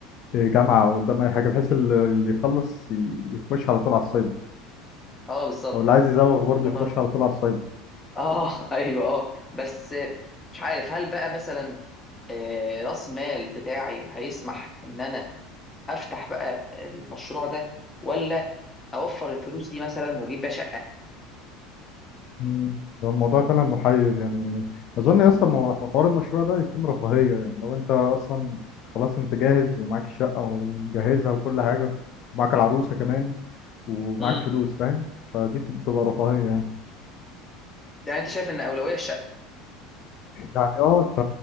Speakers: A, on the left; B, on the left.
A: آه، جامعة او قدام اي حاجة بحيث ال- اللي يخلص ي- يخش على طول على السايبر
B: اه بالظبط
A: او اللي عايز يزوغ برضو
B: ممكن
A: يخش
B: برضه
A: على طول على السايبر
B: اه <laughs> ايوه اه بس آه، مش عارف هل بقى مثلا آه، راس مال بتاعي هيسمح ان انا افتح بقى المشروع ده ولا اوفر الفلوس دي مثلا واجيب بقى شقه
A: مم، ده الموضوع فعلا محير يعني اظن يا اسطى مو- حوار المشروع ده يكون رفاهية يعني لو انت اصلا خلاص انت جاهز ومعاك الشقة ومجهزها وكل حاجة ومعاك العروسة كمان ومعاك
B: امم
A: فلوس فاهم فدي بتبقى رفاهية يعني
B: يعني انت شايف ان اولويه
A: يعني اه انت